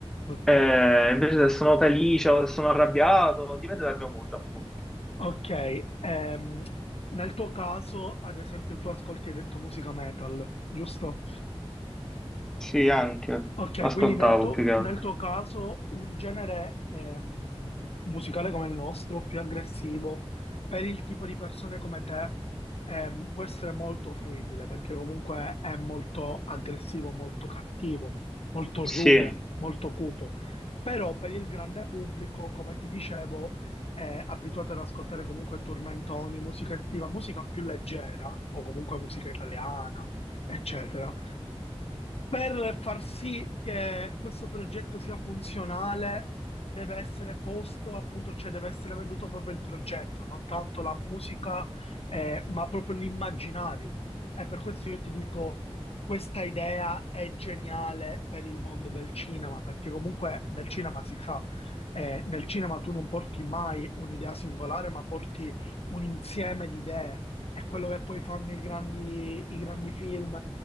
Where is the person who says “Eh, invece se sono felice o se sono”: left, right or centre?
Centre